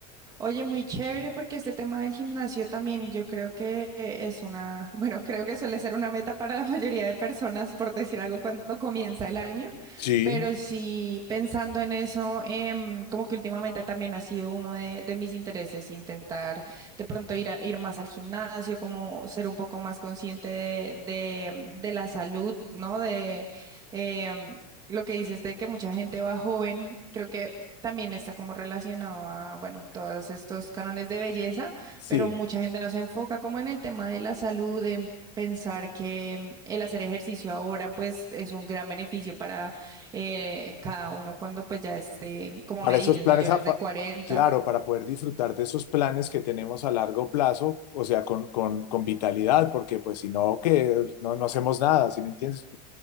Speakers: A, on the right; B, on the left.
A: Oye, muy chévere porque este tema del gimnasio también yo creo que eh, es una, <laughs> bueno, creo que suele ser una meta para la mayoría de personas, por decir algo, cuando comienza el año,
B: Sí,
A: pero sí pensando en eso, em, como que últimamente también ha sido uno de, de mis intereses intentar de pronto ir, a- ir más al gimnasio, como ser un poco más consciente de, de, de la salud, ¿no? De, em, lo que dices de que mucha gente va joven, creo que también está como relacionado a, bueno, todos estos cánones de belleza,
B: sí.
A: pero mucha gente no se enfoca como en el tema de la salud, en pensar que mm, el hacer ejercicio ahora pues es un gran beneficio para eh, cada uno cuando pues ya esté, como
B: Para
A: me dices,
B: esos planes,
A: mayores
B: a-
A: de
B: pa-
A: cuarenta
B: claro, para poder disfrutar de esos planes que tenemos a largo plazo, o sea, con, con, con vitalidad, porque pues si no, que no, no hacemos nada, ¿sí me entiendes?